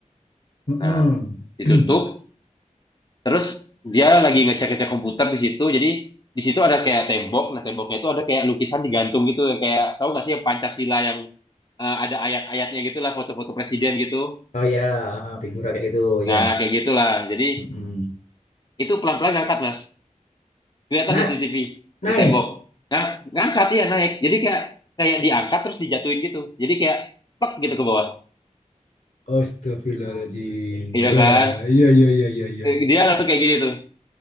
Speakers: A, on the left; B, on the left.
A: Mm-mm.
B: Nah, ditutup
A: <clears throat>
B: Terus dia lagi ngecek-ngecek komputer di situ. Jadi di situ ada kayak tembok. Nah, temboknya itu ada kayak lukisan digantung gitu yang kayak tahu nggak sih yang Pancasila yang eh, ada ayat-ayatnya gitulah, foto-foto presiden gitu.
A: Oh ya, ah, figura kayak gitu,
B: Nah,
A: ya.
B: kayak gitulah. Jadi
A: Mm-mm.
B: itu pelan-pelan ngangkat, Mas. Kelihatan
A: Nah,
B: dari CCTV
A: naik.
B: di tembok. Nah, ngangkat iya naik. Jadi kayak kayak diangkat terus dijatuhin gitu. Jadi kayak plek gitu ke bawah.
A: Astagfirullahaladzim.
B: Iya
A: Wah,
B: kan?
A: iya, iya, iya, iya, iya.
B: Eh, Dia langsung kayak gini tuh.